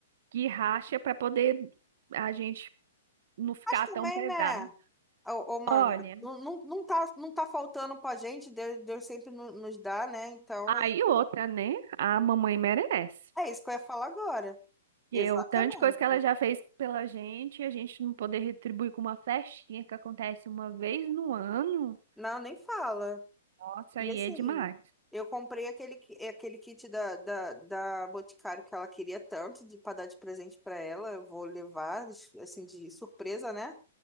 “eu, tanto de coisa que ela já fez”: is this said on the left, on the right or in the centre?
Right